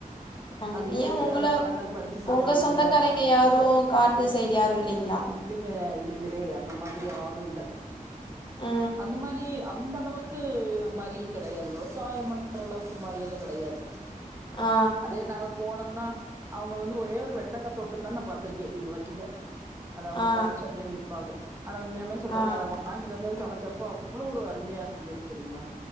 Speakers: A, on the left; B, on the right.
A: கண்டிப்
B: அந்த இயற்கையா
A: ஏன் உங்கள
B: அந்த பழங்கள் பறிச்சு சாப்பிடுவீங்க
A: உங்க சொந்தக்காரய்ங்க யாரு காட்டு சைடு யாரு இல்லேங்ளா
B: இல்லிங்க இல்லீங்களே அந்த மாரி யாரு இல்ல
A: ஆ
B: அந்த மாரி அந்த அளவுக்கு மாரி கெடையாது விவசாயம் பண்ற அளவுக்கு மாரியெல்லா கெடையாது
A: ஆ
B: அதே நாங்க போனம்னா அவுங்க வந்து ஒரே ஒரு வெண்டைக்கா தோட்டந்தா நா பாத்துருக்கே இது வரைக்குமே அத அவுங்க
A: ஆ
B: பறிச்சு அப்டே விப்பாக ஆனா உண்மையாமே சொல்றங்க
A: ஆ
B: அத வாங் வாங்கிட்டு வந்து அத சமச்சப்போ அவ்ளோ ஒரு அருமையா இருந்துது தெரியுங்ளா